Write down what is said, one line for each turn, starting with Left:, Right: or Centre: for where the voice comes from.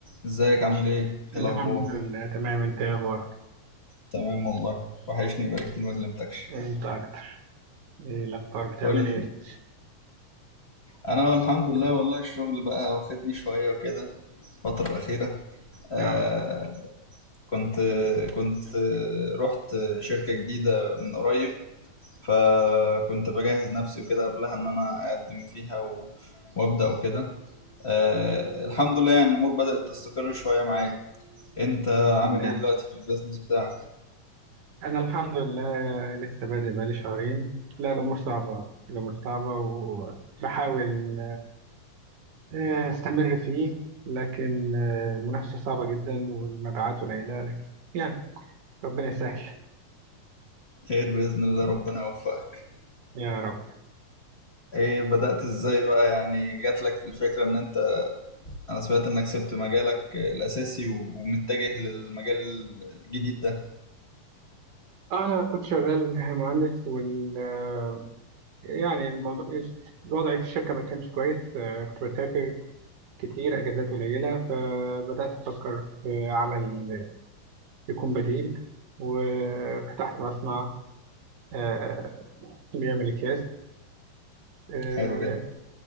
Left: ازيك عامل ايه؟ ايه الاخبار؟
Right: الحمد لله تمام انت ايه اخبارك
Left: تمام والله وحشني بقالي كتير ما كلمتكش
Right: انت اكتر ايه الاخبار بتعمل
Left: قول لي
Right: ايه
Left: انا الحمد لله والله الشغل بقى واخدني شويه وكده الفتره الاخيره آه
Right: اه
Left: كنت كنت آه، رحت شركه جديده من قريب فكنت بجهز نفسي وكده قبلها ان انا اقدم فيها و... وابدا وكده آه الحمد لله يعني الامور بدات تستقر شويه معاك انت
Right: الحمد
Left: عامل
Right: لله
Left: ايه دلوقتي في البيزنس بتاعك؟
Right: انا الحمد لله لسه بادئ بقالي شهرين لا الامور صعبة الامور صعبة وبحاول آه، استمر فيه لكن آه، المنافسة صعبة جدا والمبيعات قليلة لكن يعني ربنا يسهل
Left: خير باذن الله ربنا يوفقك
Right: يا رب
Left: ايه بدأت ازاي بقى يعني جات لك الفكرة ان انت انا سمعت انك سبت مجالك الاساسي و- ومتجه للمجال الجديد ده
Right: انا كنت شغال مهندس وال آه، يعني الموضوع الوضع في الشركة ما كانش كويس آه، كنت بسافر كتير أجازات قليلة فبدأت أفكر في عمل يكون بديل وفتحت مصنع آه، بيعمل أكياس آه،
Left: حلو جدا